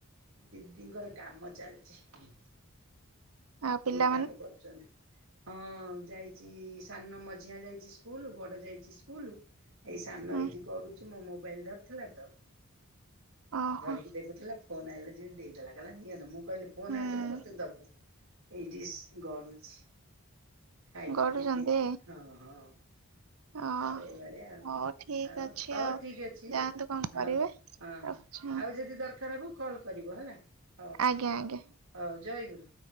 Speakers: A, on the right (about 65°); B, on the right (about 80°).
A: ଦିଦିଙ୍କର କାମ ଚାଲିଚି।
B: ହଁ ପିଲା
A: କାମ କରୁଚନ୍ତି। ହଁ ଯାଇଚି ସାନ ମଝିଆ ଯାଇଚି ସ୍କୁଲ ବଡ଼ ଯାଇଚି ସ୍କୁଲ। ଏଇ ସାନ
B: ହୁଁ
A: ଏଇଠି ଗଡ଼ୁଚି ମୋ ମୋବାଇଲ ଧରିଥିଲା ତ
B: ଓହୋ
A: ଧରିକି ଦେଖୁଥିଲା ଫୋନ୍ ଆଇଲା ଯେମିତି ଦେଇଦେଲା କଲା ନିଅନ ମୁଁ କିହିଲି ଫୋନ୍
B: ହୁଁ
A: ଆସିଲେ ମୋତେ ଦବୁ ଏଇଠି ଗଡ଼ୁଚି ଖାଇକି
B: ଗଡୁଛନ୍ତି
A: ଟିକେ ପି ହଁ ହଁ।
B: ଓ
A: ଆଉ ଏଇ ଭଳିଆଉ।
B: ହଉ ଠିକ
A: ଆଉ
B: ଅଛି
A: ହଉ ଠିକ୍ ଅଛି
B: ଯାଆନ୍ତୁ କଣ
A: ହଉ
B: କରିବେ
A: ହଁ ହଁ
B: ରଖୁଛି
A: ଆଉ ଯଦି ଦର କାରାବୁ କଲ୍ କରିବ ହେଲା ହଉ ହଉ
B: ଆଜ୍ଞା ଆଜ୍ଞା
A: ହଉ ଜୟଗୁରୁ।